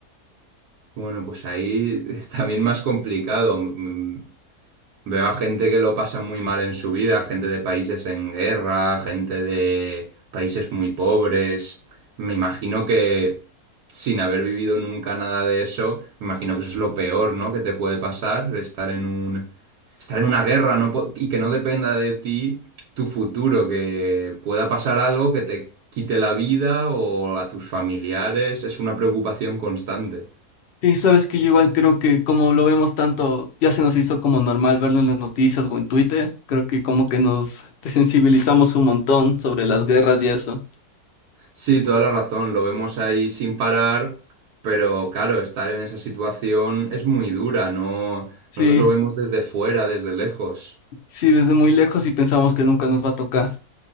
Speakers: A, on the right (about 80°); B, on the left (about 60°).
A: Bueno, pues ahí <laughs> es también más complicado. Mm, mm, Veo a gente que lo pasa muy mal en su vida, gente de países en guerra, gente de países muy pobres. Me imagino que sin haber vivido nunca nada de eso, me imagino que eso es lo peor, ¿no? que te puede pasar, estar en un estar en una guerra, no po- y que no dependa de ti tu futuro, que pueda pasar algo que te quite la vida o a tus familiares, es una preocupación constante.
B: Sí, sabes que yo igual creo que como lo vemos tanto, ya se nos hizo como normal verlo en las noticias o en Twitter, creo que como que nos desensibilizamos un montón sobre las guerras y eso.
A: Sí, toda la razón, lo vemos ahí sin parar, pero claro, estar en esa situación es muy dura, no,
B: Sí,
A: nosotros lo vemos desde fuera, desde lejos,
B: sí, desde muy lejos y pensamos que nunca nos va a tocar.